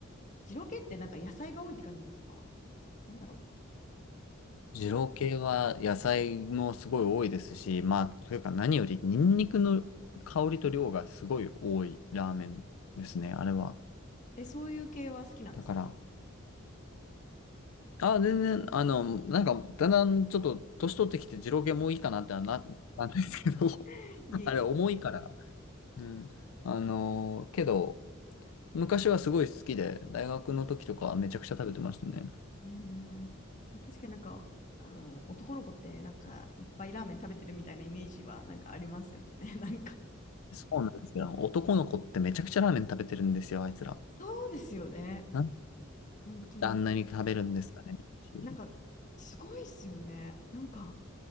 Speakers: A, on the left (about 35°); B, on the left (about 85°).
A: 二郎系ってなんか野菜が多いって感じなんですかなんだろ
B: 二郎系は野菜もすごい多いですし、まあ、というか何よりニンニクの香りと量がすごい多いラーメンですね、あれは。
A: う。え、そういう系は好きなんですか
B: だから、あ、全然、あの、なんか、だんだんちょっと年取ってきて二郎系もういいかなってはな、なんですけど、<laughs>
A: <laughs> いえいえ。
B: あれ重いから。うん。あのーけど、昔はすごい好きで、大学の時とかはめちゃくちゃ食べてましたね。
A: うーん。まあ確かになんか、あの、男の子ってなんかいっぱいラーメン食べてるみたいなイメージはなんかありますよね。<laughs> なんか、
B: そうなんですよ。男の子ってめちゃくちゃラーメン食べてるんですよ、あいつら。
A: そうですよね。
B: なんで
A: 本当に。
B: あんなに食べるんですかねっていう。
A: なんか、すごいですよね。なんか、